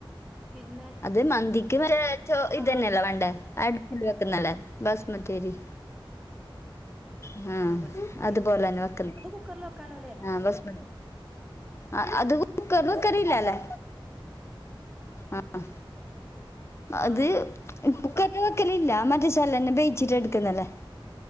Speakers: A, in the centre; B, on the left (about 30°).
A: പിന്നെ
B: ത് മന്തിക്ക് ഇത്
A: ആ
B: തന്നെയല്ലേ വേണ്ടേ അടുപ്പില് വെക്കുന്നല്ലേ ബസ്മതി അരി. ഹ
A: ആ ബസ്മതി അരി
B: അതു പോലന്നെ
A: ഉം
B: വെക്കല്
A: അത് കുക്കറിൽ വെക്കാലോ അല്ലേ
B: ആഹ് ബസ്മ ആഹ് അത് കുക്കറിൽ
A: ആ ബസ്മതി
B: വെക്കലില്ല
A: അരി
B: അല്ലെ?
A: വെക്കും
B: ആഹ് അത്
A: ആ
B: ഇപ്പൊ കറി വെക്കലില്ല മറ്റചാലന്നെ ബേയിച്ചിറ്റ് എടുക്കുന്നല്ലേ?